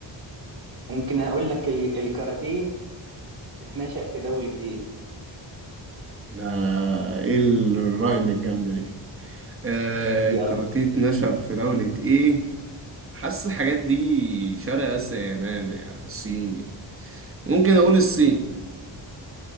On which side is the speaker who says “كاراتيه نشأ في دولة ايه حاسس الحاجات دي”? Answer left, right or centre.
Right